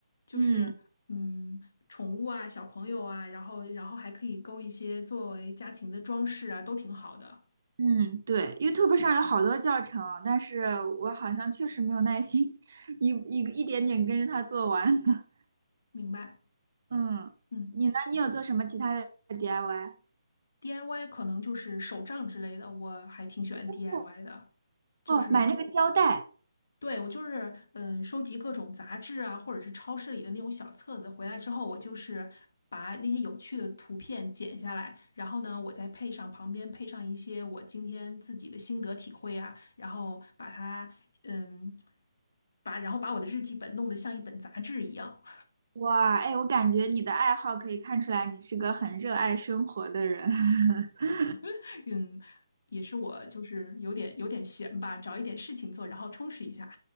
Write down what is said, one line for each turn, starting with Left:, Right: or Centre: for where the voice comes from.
Left: 就是嗯，
Right: 嗯
Left: 宠物啊，小朋友啊，然后然后还可以勾一些作为家庭的装饰啊，都挺好的。
Right: 嗯，对，YouTube 上有好多教程，但是我好像确实没有耐心 <laughs> 一一一点点跟着他做完。<laughs>
Left: 明白，
Right: 嗯，
Left: 嗯
Right: 你呢？你有做什么其他的 DIY？
Left: ，DIY 可能就是手账之类的，我还挺喜欢 DIY
Right: 哦，
Left: 的，就是
Right: 哦买那个胶带，
Left: 对我就是嗯，收集各种杂志啊，或者是超市里的那种小册子，回来之后我就是把那些有趣的图片剪下来，然后呢，我再配上旁边配上一些我今天自己的心得体会啊，然后把它。嗯，把然后把我的日记本弄得像一本杂志一样，
Right: 哇，哎，我感觉你的爱好可以看出来你是个很热爱生活的人。<laughs>
Left: <laughs> 嗯，也是我就是有点有点闲吧，找一点事情做，然后充实一下。